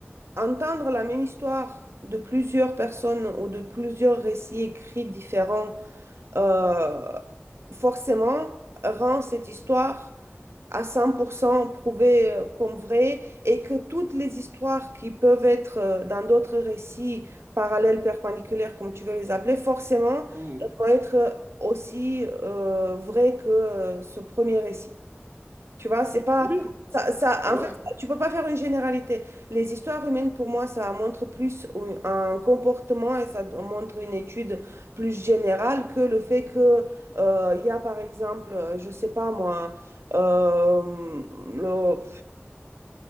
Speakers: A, on the right (about 80°); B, on the right (about 50°).
A: entendre la même histoire de plusieurs personnes ou de plusieurs récits écrits différents euh, forcément rend cette histoire à 100% prouvée euh, comme vraie et que toutes les histoires qui peuvent être euh, dans d'autres récits parallèles, perpendiculaires, comme tu veux les appeler, forcément,
B: Mhm.
A: elles vont être aussi euh, vraies que euh, ce premier récit. Tu vois, c'est pas
B: Oui,
A: ça, ça
B: c'est vrai.
A: en fait, tu peux pas faire une généralité. Les histoires humaines, pour moi, ça montre plus un un comportement et ça montre une étude plus générale que le fait que euh, il y a, par exemple, euh, je sais pas moi, euh, le,